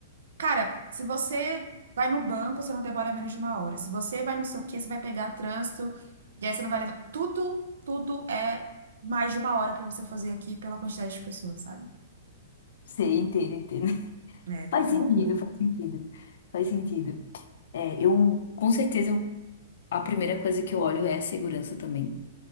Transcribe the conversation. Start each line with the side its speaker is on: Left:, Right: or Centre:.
Right: cara, se você vai no banco, você não demora menos de uma hora. Se você vai não sei o quê, você vai pegar trânsito, e aí você não vai levar. Tudo, tudo é mais de uma hora para você fazer aqui pela quantidade de pessoas, sabe?
Left: <laughs> Sei, entendo, entendo. <laughs>
Right: É,
Left: Faz
Right: é
Left: sentido,
Right: loucura.
Left: faz sentido. Faz sentido. É, eu, com certeza, eu- a primeira coisa que eu olho é a segurança também.